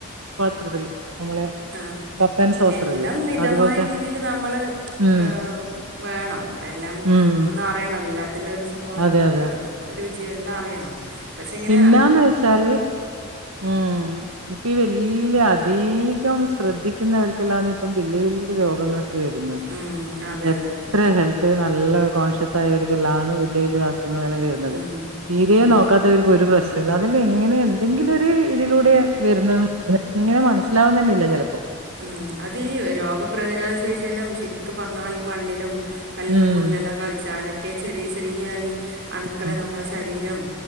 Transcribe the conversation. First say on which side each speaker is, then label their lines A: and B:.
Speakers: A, on the right (about 80°); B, on the right (about 55°).
A: പാത്രത്തില് നമ്മളെ
B: ആ
A: കപ്പ ആൻഡ് സോസറില്ലേ
B: എല്ലാം മിതമായ
A: അതുപോലത്തെ
B: രീതിൽ നമ്മള്
A: ഉം
B: ഏമ് വേണം എല്ലാം
A: ഉം
B: ഒന്ന് അറിയണം. എല്ലാത്തിന്റെ ഒരു സുഖം.
A: അതെ അതെ
B: രുചിയും എല്ലാം അറിയണം പക്ഷെ ഇങ്ങനെ
A: പിന്നന്ന് വെച്ചാല് ഉം ഇപ്പൊ വല് ഇല്ല അദീകം ശ്രദ്ധിക്കുന്നവർക്കെല്ലാന്ന് ഇപ്പം വല്യ വല്യ രോഗങ്ങൾ ഒക്കെ വരുന്നത്.
B: ഉം അതെ
A: എത്ര
B: അതെ അതെ
A: ഹെൽത്തിന് ന ല്ല കോൺഷ്യസായവർക്കെല്ലാ ആന്ന് വല്യ വല്യ അസുഖങ്ങളെല്ലാം വരുന്നത്
B: ഉം
A: തീരേ
B: ഉം
A: നോക്കാത്തവര് ക് ഒരു പ്രശ്നംല്ല അതിൽ എങ്ങനെ എന്തെങ്കിലും ഒരു ഇതിലൂടെ വരുന്ന എങ്ങനെ മനസ്സിലാവുന്നന്നെ ഇല്ല ചെലർ
B: ഉം അതീ രോഗപ്രതിരോധ ശേഷിയെല്ലാം ശര്ക്ക് പർഞ്ഞാ ഈ മണ്ണിലും കല്ലും
A: ഉം
B: മുള്ളെല്ലാം കളിച്ചാലൊക്കെ ചെറിയ ചെറിയ ഈ അണുക്കളെ
A: ഉം
B: നമ്മള ശരീരം